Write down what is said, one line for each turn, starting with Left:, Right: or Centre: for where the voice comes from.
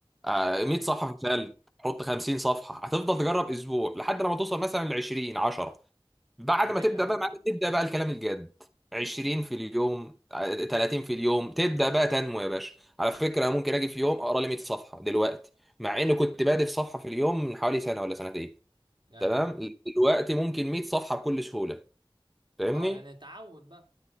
Centre: آه،
Right: ايوه
Centre: 100 صفحة فشلت حط 50 صفحة هتفضل تجرب اسبوع لحد لما توصل مثلا ل 20 10 بعد
Right: صحيح
Centre: ما تبدا
Right: اه
Centre: بقى معاك تبدا بقى الكلام الجاد 20 في اليوم آه، 30 في اليوم تبدا بقى تنمو يا باشا على فكره ممكن اجي في يوم اقرا لي 100 صفحه دلوقتي مع اني كنت بادئ في صفحه في اليوم من حوالي سنه ولا سنتين
Right: ايوه
Centre: تمام دلوقتي ممكن 100 صفحه بكل سهوله فاهمني
Right: اه لان اتعود بقى